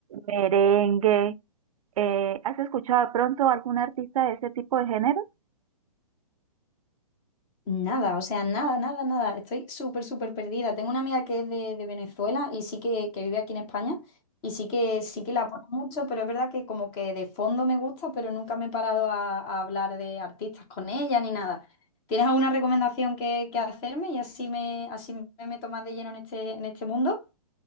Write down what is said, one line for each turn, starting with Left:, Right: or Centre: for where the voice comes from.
Right: merengue. eh, ¿has escuchado de pronto algún artista de ese tipo de género?
Left: Nada, o sea, nada, nada, nada. Estoy súper, súper perdida. Tengo una amiga que es de, de Venezuela y sí que, que vive aquí en España y sí que, sí que la pone mucho, pero es verdad que como que de fondo me gusta, pero nunca me he parado a, a hablar de artistas con ella ni nada. ¿Tienes alguna recomendación que, que hacerme y así me, así me meto más de lleno en este, en este mundo?